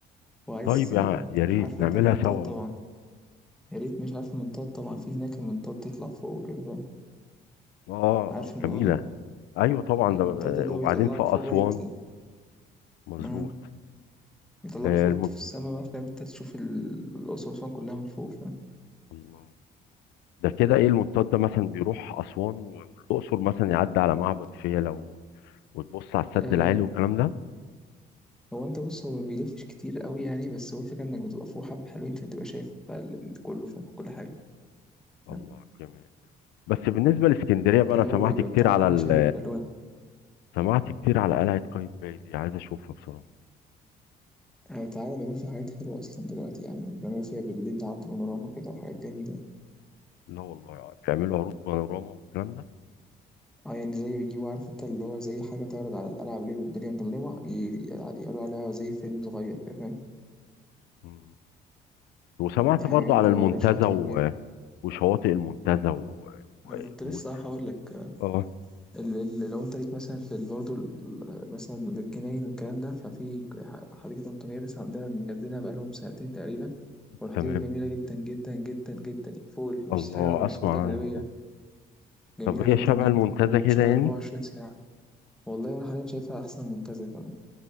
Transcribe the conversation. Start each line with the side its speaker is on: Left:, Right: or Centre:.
Centre: وعايز
Left: طيب يا يا ريت
Centre: عارف
Left: نعملها
Centre: انت المنطاد
Left: سوا
Centre: طبعا
Left: بقى
Centre: يا ريت مش عارف المنطاد طبعا في هناك المنطاد تطلع فوق وكده فاهم
Left: اه
Centre: عارف
Left: اه
Centre: الموضوع
Left: جميله
Centre: ده
Left: ايوه طبعا
Centre: المنطاد
Left: ده
Centre: اللي
Left: وبعدين
Centre: هو بيطلعك
Left: في اسوان
Centre: فوق بقى يت-
Left: مظبوط
Centre: آه. يطلعك
Left: آه،
Centre: فوق في السما بقى فاهم انت تشوف ال- الأقصر وأسوان كلها من فوق فاهم
Left: المنت- ده كده ايه المنطاد ده مثلا بيروح اسوان و- والاقصر مثلا يعدي على معبد فيلة و- وتبص على السد
Centre: آه
Left: العالي والكلام ده
Centre: هو انت بص هو ما بيلفش كتير قوي يعني بس هو الفكرة انك بتبقى فوق حبة حلوين فبتبقى شايف بقى ال- ال- كله فاهم كل حاجة
Left: الله
Centre: فاهم
Left: جميل بس بالنسبه لاسكندريه بقى
Centre: ده
Left: انا
Centre: اللي هو
Left: سمعت
Centre: بيبقى
Left: كتير
Centre: بتاع
Left: على
Centre: ده عامل
Left: ال
Centre: شبه البالونة
Left: سمعت كتير على قلعه قايتباي دي عايز اشوفها بصراحه
Centre: آه تعالى بيعملوا فيها حاجات حلوة أصلا دلوقتي يعني بيعملوا فيها بالليل عرض بانوراما كده وحاجات جميلة
Left: لا والله بيعملوا عروض بانوراما والكلام ده
Centre: اه يعني زي بيجيبوا عارف انت اللي هو زي حاجة تعرض على القلعة بالليل والدنيا مظلمة ي- يعرضوا عليها زي فيلم صغير كده، فاهم
Left: مم. وسمعت
Centre: دي
Left: برضو
Centre: حاجة جامدة
Left: على المنتزه
Centre: ما بقالهاش فترة
Left: و...
Centre: كبيرة
Left: وشواطئ المنتزه و... و...
Centre: ما انا كنت
Left: و...
Centre: لسه هقول لك
Left: اه
Centre: ال ال لو انت ليك مثلا في ال- برضه ال- مثلا الجناين والكلام ده ففي حديقة أنطونيادس عندنا مجددينها بقالهم سنتين تقريبا والحديقة
Left: تمام
Centre: جميلة جدا جدا جدا جدا فوق ال- بص
Left: الله
Centre: حاجة على مواصفات
Left: اسمع
Centre: أجنبية
Left: عنها
Centre: جميلة
Left: طب هي
Centre: جدا
Left: شبه
Centre: جدا
Left: المنتزه
Centre: وشغالة
Left: كده يعني
Centre: 24 ساعة والله أنا حاليا شايفها أحسن من المنتزه كمان